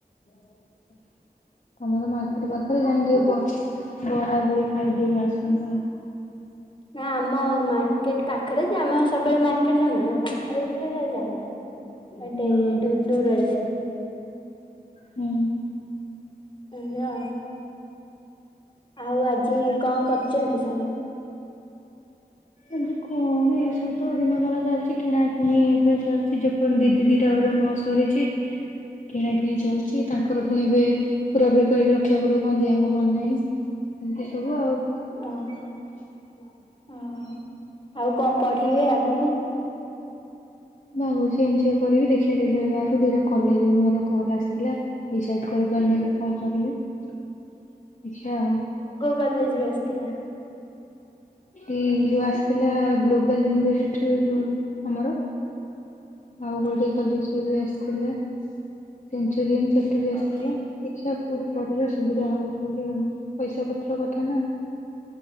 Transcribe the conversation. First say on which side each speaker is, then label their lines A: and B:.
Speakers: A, on the left; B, on the left.
A: ହଁ <inaudible> ଆମର ମାର୍କେଟ ପାଖରେ ଯାଇ ଟି ବରାବରି ଖାଇ ଦେଇ ଆସନ୍ତ।
B: ନା ଆମ ମାର୍କେଟ ପାଖରେ ଯେ ଆମେ ସବୁବେଳେ ମାର୍କେ ଟ, ଜଣ ପାଖରେ- ଥିଲେବେଳେ ଯାଏନା। ଆଉ
A: ହୁଁ।
B: ଦୂରରେ ଯାଉ।
A: ହୁଁ ।
B: ଆଜ୍ଞା। ଆଉ' ଆଜି କଣ, କରୁଛନ୍ତି ସବୁ?
A: ଏମିତି କଣ, ଏଇ ସବୁ ତ ଦିନ ଯାକ ଚାଲିଛି । କିଣା, କୁଣି ଏବେ ଚାଲିଛି। ଯେ ପର୍ଯ୍ୟନ୍ତ ଦିଦି ଦିଟା ଘରୁ, ନ ସରିଛି କିଣା, କିିଣି ଚାଲିଛି ତାଙ୍କର ପୁଣି ଏବେ, ପୁରା ପୁରୀ କରିକି ରଖିବାକୁ ପଡିବ। କଣ, ଦିଆ ହବ କଣ ନାହିଁ। ଏମିତି ସବୁ ଆଉ ।
B: ଓହୋ ଓହୋ ଆଉ' କଣ ପ ଇଏ ଆଗକୁ-
A: ଭାବୁଛି ଏମିତି ସବୁ କରିବି । ଦେଖିବା ରେଜଲ୍ଟ ବାହାରୁ, ଦିଟା କଲେଜ ରୁ ମତେ କଲ ଆସିଥିଲା। ଡିସାଇଟ କରିପାରୁନି ଏବେ କଣ, କରିବି । ଆଛା
B: କଲେଜରୁ ଆସିଥିଲା ।
A: ଏଇ ଯୋଉ, ଆସିଥିଲା ଗ୍ଲୋବାଲ ଇନଫୋସିଟି ରୁ ଯୋଉ, ଆମର ଆଉ'
B: ହଁ
A: ଗୋଟେ କଲେଜରୁ ବି ଆସିଥିଲା । ସେୁ ବିରିୟାନୀ ସେଠୁ ବି ଆସିଥିଲା
B: ଓହୋ
A: ।ଦେଖିବା କୋଉଠି କରିବା। ସୁବିଧା ହବ କୋଉଠି? ଆଉ' ପଇସା ପତ୍ର କଥା ନା ।